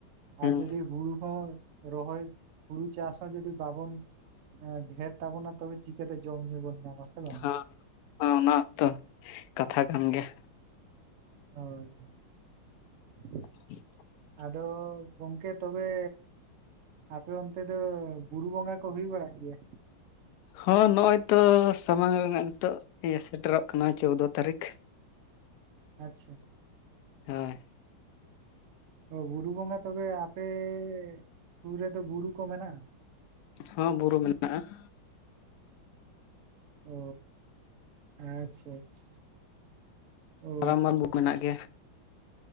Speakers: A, on the left; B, on the right.
A: ᱦᱩᱸ
B: ᱟᱨ ᱡᱚᱫᱤ ᱦᱩᱲᱩ ᱦᱚᱸ ᱨᱚᱦᱚᱭ ᱦᱩᱲᱩ ᱪᱟᱥ ᱦᱚᱸ ᱡᱚᱫᱤ ᱵᱟᱵᱚᱱ᱾ ᱦᱮᱸ ᱰᱷᱮᱨ ᱛᱟᱵᱚᱱᱟ ᱛᱚᱵᱮ ᱪᱤᱠᱟᱛᱮ ᱡᱚᱢ ᱧᱩ ᱵᱚᱱ ᱧᱟᱢᱟ ᱥᱮ᱾ ᱵᱟᱝ
A: ᱦᱚᱸ ᱚᱱᱟ ᱦᱚᱛᱚ ᱠᱟᱛᱷᱟ ᱠᱟᱱ ᱜᱮᱭᱟ᱾
B: ᱦᱳᱭ᱾ <inaudible>
A: <unintelligible>
B: ᱟᱫᱚ ᱜᱚᱢᱠᱮ ᱛᱚᱵᱮ᱾ ᱟᱯᱮ ᱚᱱᱛᱮ ᱫᱚ ᱵᱩᱨᱩ ᱵᱚᱸᱜᱟ ᱠᱚ ᱦᱩᱭ ᱵᱟᱲᱟ ᱜᱮᱭᱟ?
A: ᱦᱚᱸ ᱱᱚᱜᱼᱚᱭ ᱛᱚ ᱥᱟᱢᱟᱝ ᱨᱮᱱᱟᱜ ᱱᱤᱛᱚᱜ ᱤᱭᱟᱹ ᱥᱮᱴᱮᱨᱚᱜ ᱠᱟᱱᱟ ᱪᱳᱣᱫᱚ ᱛᱟᱹᱨᱤᱠᱷ᱾
B: ᱟᱪᱷᱟ᱾
A: ᱦᱮᱸ
B: ᱚ ᱵᱩᱨᱩ ᱵᱚᱸᱜᱟ ᱛᱚᱵᱮ ᱟᱯᱮ ᱥᱩᱨ ᱨᱮᱫᱚ ᱵᱩᱨᱩ ᱠᱚ ᱢᱮᱱᱟᱜᱼᱟ
A: ᱦᱚᱸ ᱵᱩᱨᱩ ᱢᱮᱱᱟᱜᱼᱟ
B: ᱳ ᱟᱪᱪᱷᱟ ᱟᱪᱪᱷᱟ ᱚ
A: ᱢᱟᱨᱟᱝ ᱢᱟᱨᱟᱝ ᱵᱩᱠ ᱢᱮᱱᱟᱜ ᱜᱮᱼᱼ